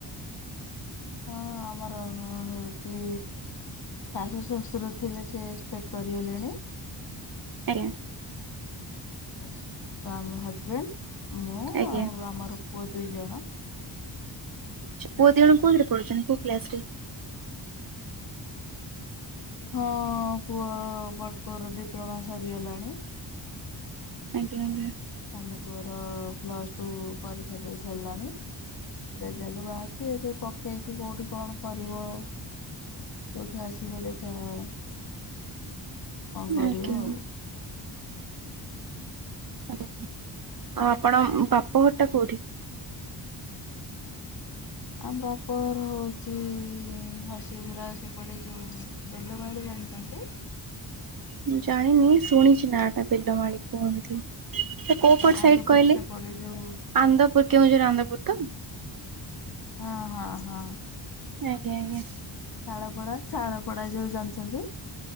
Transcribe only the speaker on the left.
ହଁ ଆମର ହଉଛି ଶାଶୁ ଶ୍ୱଶୁର ଥିଲେ ସେ ଏକ୍ସପେକ୍ଟ କରିଗଲେଣି।
ଆଉ ମୋ ସା ହଜବେଣ୍ଡ ମୁଁ
ଆଉ ଆମର ପୁଅ ଦୁଇ ଜଣ।
ହଁ ପୁଅ ବଡପୁଅର ଡିପ୍ଲୋମା ସରିଗଲାଣି।
ସାନପୁଅର ପ୍ଲସ୍ ଟୁ ପରୀକ୍ଷା ଦେଇସାରିଲାଣି। ରେଜାଲ୍ଟ ବାହାରିଛି। ଏବେ ପକେଇଛି କୋଉଠି କଣ କରିବ? ଯୋଉଠି ଆସିବ ଦେଖିବା କଣ କରିବୁ
ଆଉ।
ଆମ ବାପଘର ହଉଛି ଘସିବୁରା ସେପଟେ ଯୋଉ ବେଲବାହାଳି ଜାଣିଛନ୍ତି?
ଆନ୍ଦପୁର
ସେପଟେ ଯୋଉ
ହଁ ହଁ ହଁ।
ଶାଳପଡା ଶାଳପଡା ଯୋଉ ଜାଣିଛନ୍ତି?